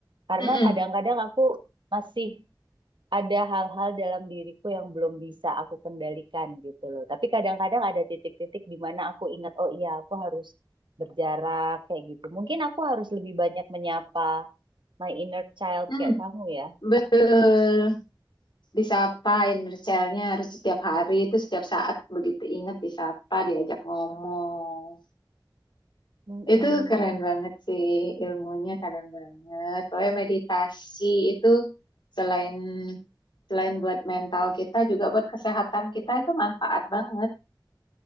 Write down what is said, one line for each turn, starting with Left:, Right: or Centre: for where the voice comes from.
Right: karena
Left: Mm-mm.
Right: kadang-kadang aku masih ada hal-hal dalam diriku yang belum bisa aku kendalikan gitu loh tapi kadang-kadang ada titik-titik di mana aku ingat oh iya aku harus berjarak kayak gitu mungkin aku harus lebih banyak menyapa my inner child
Left: Hmm,
Right: kayak kamu ya
Left: Betul. Disapain Richelnya harus setiap hari itu setiap saat begitu ingat disapa diajak ngomong
Right: mm
Left: itu keren banget sih ilmunya keren banget pokoknya meditasi itu selain selain buat mental kita juga buat kesehatan kita itu manfaat banget